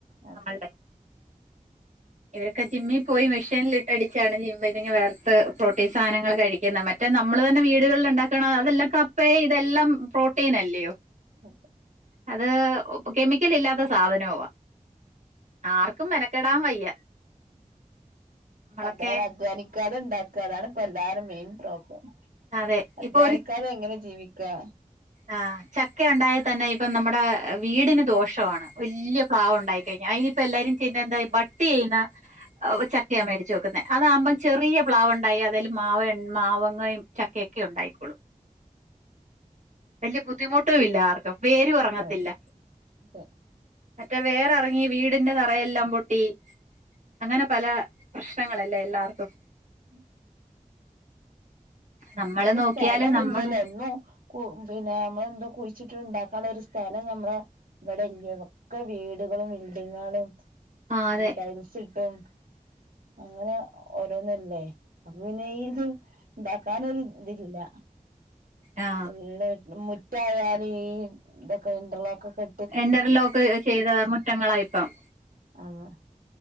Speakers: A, on the right; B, on the right.
A: അതെ
B: നമ്മളുടെ ഒക്കെ ജിമ്മിൽ പോയി മെഷീനിൽട്ടടിച്ചാണ് ജിമ്മ ഇ വേർത്ത് പ്രോട്ടീൻ സാധനങ്ങൾ കഴിക്കുന്നത് മറ്റേ മറ്റേ നമ്മള് തന്നെ വീടുകളിൽ ഉണ്ടാക്കണം അതെല്ലാം കപ്പയേ ഇതെല്ലാം പ്രോട്ടീന അല്ലയോ
A: അതെ
B: അത് കെമിക്കൽ ഇല്ലാത്ത സാധനോവാ ആർക്കും മെനക്കെടാൻ വയ്യ നമ്മളൊക്കെ
A: അതായത് അധ്വാനിക്കാതെ ഉണ്ടാക്കാതാണ് ഇപ്പൊ എല്ലാരും മെയിൻ പ്രോബ്ലം
B: അതെ
A: അധ്വാനിക്കതെ
B: ഇപ്പൊ
A: എങ്ങനെ ജീവിക്കാ
B: ആഹ് ചക്ക ഉണ്ടായൽ തന്നെ ഇപ്പ നമ്മുടെ വീടിന് ദോഷവാണ് വല്യ പ്ലാവ് ഉണ്ടായി കഴിഞ്ഞ അതിനിപ്പല്ലാരും ചെയ്യ എന്താ ബട്ടി ചെയ്യുന്ന ചക്കയാ മേടിച്ച് വെക്കുന്ന അതാ വുമ്പം ചെറിയ പ്ലാവ് ഇണ്ടായി അതേല് മാവ മാവങ്ങയും ചക്കയക്കെ ഒക്കെ ഉണ്ടായിക്കോള്ളും. വല്യേ ബുദ്ധിമുട്ടും ഇല്ലാർക്കും വേരു എറങ്ങത്തില്ല
A: അതെ അതെ
B: മറ്റേ വേറെറങ്ങി വീടിന്റെ തറയെല്ലാം പൊട്ടി അങ്ങനെ പല പ്രശ്നങ്ങളല്ലേ എല്ലാർക്കും
A: ഉം
B: നമ്മള്
A: പി
B: നോക്കിയാല്
A: സ്ഥലമില്ലല്ലോ
B: നമ്മള്
A: എങ്ങും. കു പിന്നെ അമ്മളന്തും കുഴിച്ചിട്ട് ഇണ്ടാക്കള്ളെരു സ്ഥലം നമ്മള ഇവിടെഇല്ലെനും ക്കൊ വീ ടുകളും ബിൽഡിങേളും
B: ആ അതെ
A: ടൈൽസ് ഇട്ടും അങ്ങനെ ഓരോന്നല്ലേ അപ്പൊ പിന്നെ ഈ ഇത് ഇണ്ടാക്കാനൊരു ഇതില്ല
B: ആ
A: ഫുള്ള് മുറ്റായല് ഈ ഇതൊക്കെ ഇറർലോക്കൊ കെ
B: എന്റർലോക്ക് ചെയ്ത മുറ്റങ്ങളായിപ്പം
A: അതെ